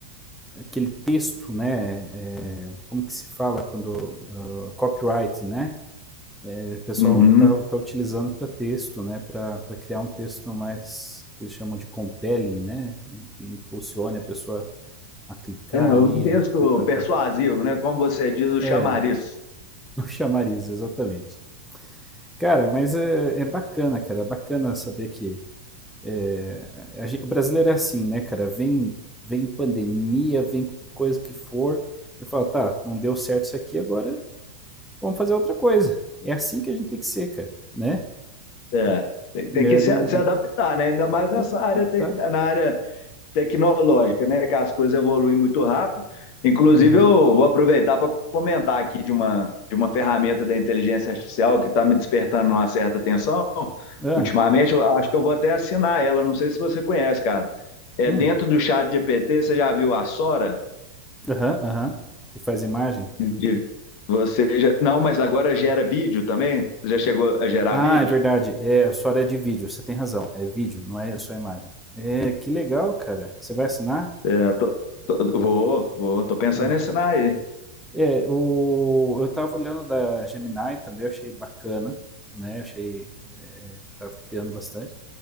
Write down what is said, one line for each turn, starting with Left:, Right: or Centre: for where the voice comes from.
Centre: aquele texto, né? é, como que se fala quando ah, copyright, né? O pessoal
Left: Uhum.
Centre: está tá utilizando para texto, né? Para criar um texto mais que eles chamam de compelling, né? Que impulsione a pessoa a clicar
Left: É, é
Centre: ali,
Left: um texto
Centre: a contratar.
Left: persuasivo, né? Como você diz, o
Centre: É,
Left: chamariz.
Centre: <laughs> o chamariz, exatamente. Cara, mas é, é bacana, cara. É bacana saber que é, a gente- o brasileiro é assim, né, cara? Vem, vem pandemia, vem coisa que for. Ele fala, tá, não deu certo isso aqui, agora vamos fazer outra coisa. É assim que a gente tem que ser, cara, né?
Left: É. Tem, tem
Centre: É,
Left: que se,
Centre: não,
Left: se adaptar, né? Ainda mais nessa
Centre: é, tá,
Left: área,
Centre: tá, tá.
Left: te- na área tecnológica, né? Que as coisas evoluem muito rápido. Inclusive,
Centre: Aham.
Left: eu vou aproveitar para comentar aqui de uma, de uma ferramenta da inteligência artificial que está me despertando uma certa atenção.
Centre: Hã?
Left: Ultimamente, eu acho que eu vou até assinar ela. Não sei se você conhece, cara. É
Centre: Hum.
Left: dentro do chat GPT, você já viu a Sora?
Centre: Aham, aham. Que faz imagem?
Left: De- Você já... Não, mas agora gera vídeo também? Você já chegou a gerar
Centre: Ah,
Left: vídeo?
Centre: é verdade. É, a sua área é de vídeo, você tem razão. É vídeo, não é só imagem. É, que legal, cara. Você vai assinar?
Left: É, tô- tô- vou, vou, tô pensando
Centre: É,
Left: em assinar aí.
Centre: É, o, eu tava olhando da Gemini também, eu achei bacana, né? Eu Achei, é, tava criando bastante.